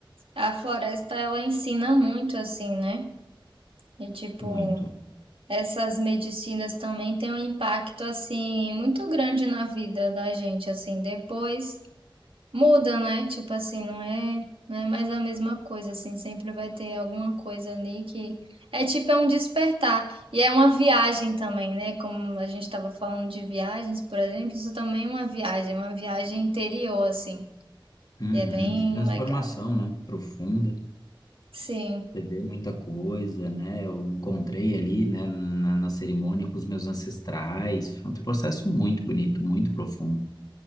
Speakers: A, on the right; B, on the left.
A: A floresta, ela ensina muito, assim, né? E, tipo,
B: muito.
A: essas medicinas também têm um impacto, assim, muito grande na vida da gente, assim. Depois muda, né? Tipo assim, não é, não é mais a mesma coisa, assim. Sempre vai ter alguma coisa ali que... É tipo, é um despertar. E é uma viagem também, né? Como a gente estava falando de viagens, por exemplo, isso também é uma viagem, uma viagem interior, assim.
B: Uhum,
A: E é bem
B: de transformação,
A: legal.
B: né? Profunda,
A: Sim,
B: beber muita coisa, né? Eu encontrei ali, né, na, na cerimônia com os meus ancestrais. Foi um processo muito bonito, muito profundo.